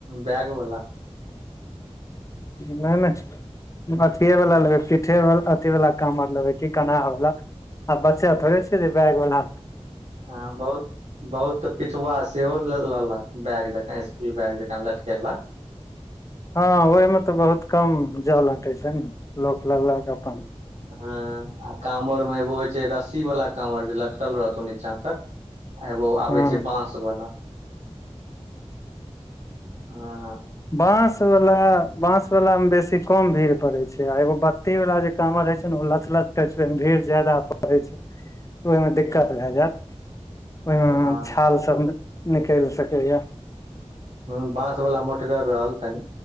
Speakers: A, on the right (about 75°); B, on the left (about 25°).
A: बैग वला
B: नै नै अथिए वाला लेबै पीठे अथी वाला कवर लेबै की कनाहा वाला आ बच्चा थोड़े छिये स बैग बाला हा
A: ह बहुत बहुत पिठुआ सेहो लेलक बैग जका इसकुल बैग जका लटकेलक।
B: हँ ओहिमे तऽ बहुत कम जल उटै छैय नऽ लोक लगलक अपन।
A: हँ आ कवरमे एगो होइ छैय रस्सी वाला कवर जे लटकल रहतौ नीचाँ तक। एगो आबै
B: हँ
A: छैय बास वाला <inaudible> ह।
B: बाँसवला बाँस वाला मे बेसी कम भीड़ पड़े छैय आ एगो बत्ती वाल जे कामर होए छै नऽ उ लचलच मे भीड़ जदा प छैय तऽ ओहिमे दिक्कत भए जायत। ओहिमे
A: हँ
B: छाल सब निकैल सकै या।
A: हू बांस वाला मोटगर रहल। कनि